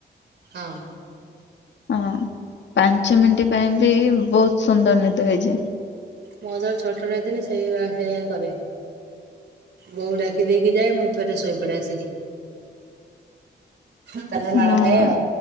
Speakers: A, on the right; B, on the left.
A: ହଁ।
B: ହଁ ପାଞ୍ଚ ମିନିଟ ପାଇଁ ବି ବହୁତ ସୁନ୍ଦର ନିଦ ହେଇଯାଏ।
A: ମୁଁ ଯେତେବେଳେ ଛୋଟଟାଏ ହେଇଥିନି ସେଇ ସେଇଆ କରେ। ବୋଉ ଡାକିଦେଇକି ଯାଏ ମୁଁ ଫେରେ ଶୋଇପଡେ ଆସିକି। ତାପରେ
B: ହୁଁ।
A: ମାଡ ଖାଏ ଆଉ।